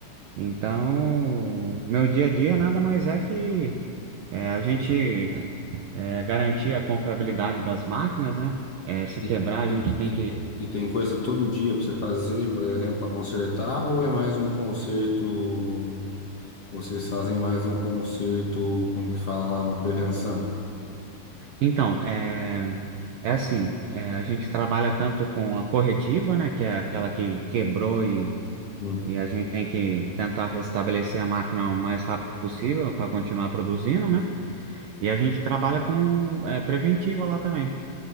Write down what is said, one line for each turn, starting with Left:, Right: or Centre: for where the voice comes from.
Right: Então, meu dia a dia nada mais é que é, a gente É, garantir a confiabilidade das máquinas, né? É, se
Left: e,
Right: quebrar, a
Left: e,
Right: gente tem
Left: e,
Right: que.
Left: e tem coisa todo dia para você fazer, por exemplo, para consertar, ou é mais um conserto, vocês fazem mais um conserto, como que fala lá, uma prevenção?
Right: Então, é, é assim: é, a gente trabalha tanto com a corretiva, né? Que é aquela que quebrou e,
Left: Hum.
Right: e a gente tem que tentar restabelecer a máquina o mais rápido possível para continuar produzindo, né? E a gente trabalha com é, preventiva lá também.